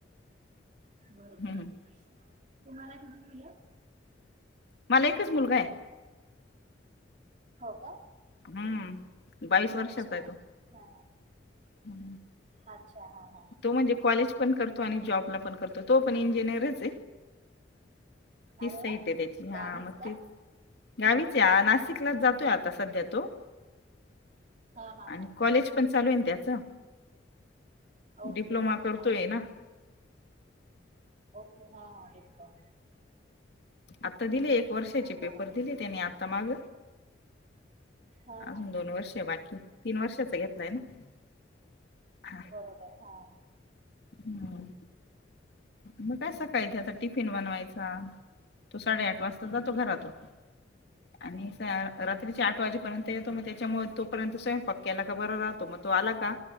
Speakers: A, on the right; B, on the left.
A: बरोबर
B: हम्.
A: तुम्हाला किती मुलं?
B: मला एकच मुलगा हाय.
A: हो का?
B: हम्म बाईस वर्षाचा
A: अच्छा
B: आहे तो.
A: हा हा
B: हम्म.
A: अच्छा हां.
B: तो म्हणजे कॉलेज पण करतो आणि जॉबला पण करतो तो पण इंजिनियरच आहे. तीच
A: अरे
B: साईट
A: वा
B: आहे त्याची हां
A: गावीच
B: मग
A: का
B: तेच गावीच या नाशिकलाच जातोय आता सध्या तो.
A: हा हा
B: आणि
A: हा
B: कॉलेज पण चालू आहे त्या चा.
A: ओके
B: डिप्लोमा
A: ओके
B: करतोय
A: हा
B: ना.
A: ओके. हा हा डिप्लोमा
B: आता दिले एक वर्षाचे
A: बरोबर
B: पेपर दिले त्यानी आ तमाग
A: हा
B: अजून
A: हा
B: दोन वर्ष बाकी. तीन वर्षाचा घेतलाय ना. हा.
A: बरोबर हा.
B: हम्म. मग काय सकाळी त्याच टिफिन बनवायचा. तो साडे आठ वाजता जातो
A: हम्म
B: घरातून
A: हम्म
B: आणि सा
A: अच्छा
B: रात्रीच्या आठ वाजेपर्यंत येतो मग त्याच्यामुळे तो पर्यंत स्वयंपाक केला का बरा राहातो. म तो आला का